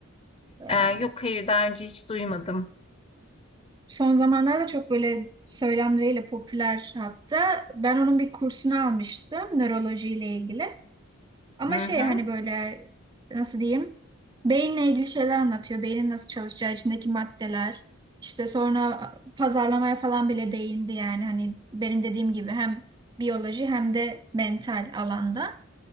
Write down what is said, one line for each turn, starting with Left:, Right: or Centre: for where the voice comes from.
Right: Ee,
Left: E, yok hayır daha önce hiç duymadım.
Right: son zamanlarda çok böyle söylemleriyle popüler hatta. Ben onun bir kursunu almıştım nörolojiyle ilgili. Ama
Left: Hı
Right: şey
Left: hı.
Right: hani böyle nasıl diyeyim? Beyinle ilgili şeyler anlatıyor. Beynin nasıl çalışacağı, içindeki maddeler. İşte sonra pazarlamaya falan bile değindi yani hani benim dediğim gibi hem biyoloji hem de mental alanda.